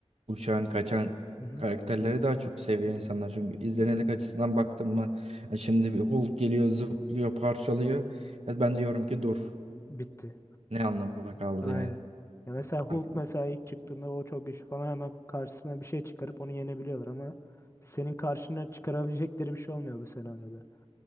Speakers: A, on the right (about 65°); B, on the left (about 25°).
A: uçan, kaçan
B: Hı hı.
A: karakterleri daha çok seviyor insanlar. Çünkü izlenirlik açısından baktım mı ya şimdi bir Hulk geliyor, zıplıyor, parçalıyor. Ya Ben diyorum ki dur.
B: Bitti.
A: Ne anlamına kaldı
B: Aynen.
A: yani?
B: Ya mesela Hulk
A: Ay,
B: mesela ilk çıktığında o çok güçlü falan hemen karşısına bir şey çıkarıp onu yenebiliyorlar ama senin karşına çıkarabilecekleri bir şey olmuyor bu senaryoda.